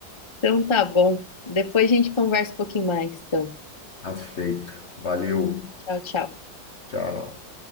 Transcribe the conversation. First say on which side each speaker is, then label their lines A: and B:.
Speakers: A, on the left; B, on the left.
A: Então tá bom. Depois a gente conversa um pouquinho mais. Então,
B: Aceito. Valeu.
A: tchau, tchau.
B: Tchau.